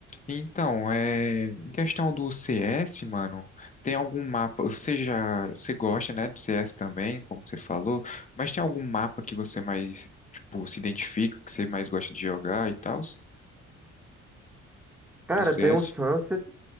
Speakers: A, on the left; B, in the centre.
A: então, é, em questão do CS, mano, tem algum mapa, você já, você gosta, né, de CS também, como você falou, mas tem algum mapa que você mais, tipo, se identifica, que você mais gosta de jogar e tal?
B: Cara,
A: No CS?
B: tem o Sunset.